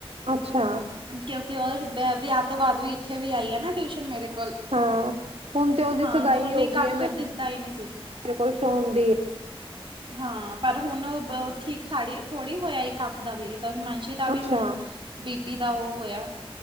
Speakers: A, on the right (about 85°); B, on the right (about 55°).
A: ਅੱਛਾ
B: ਕਿਉਂਕਿ ਉਹ ਵਿ ਵਿਆਹ ਤੋਂ ਬਾਅਦ ਵੀ ਇੱਥੇ ਵੀ ਆਈ ਆ ਨਾ ਟਿਊਸ਼ਨ ਮੇਰੇ ਕੋਲ
A: ਹਾਂ ਹੁਣ ਤੇ ਉਹਦੀ
B: ਹਾਂ
A: ਸਗਾਈ
B: ਤੇ ਉਹਨੇ
A: ਹੋ ਗਈ
B: ਕੱਖ
A: ਹੈ
B: ਤੋਂ ਦਿਸਦਾ ਹੀ ਨਹੀਂ ਸੀ
A: ਮੇਰੇ ਕੋਲ ਸੌਣਦੀ
B: ਹਾਂ ਪਰ ਹੁਣ ਠੀਕ ਥੀ ਥੋੜ੍ਹੀ ਹੋਇਆ ਇੱਕ ਕੱਖ ਦਾ ਵੀ ਤਾਂ ਹਿਮਾਂਸ਼ ਦਾ ਵੀ
A: ਅੱਛਾ
B: ਹੁਣ ਬੀ ਪੀ ਦਾ ਉਹ ਹੋਇਆ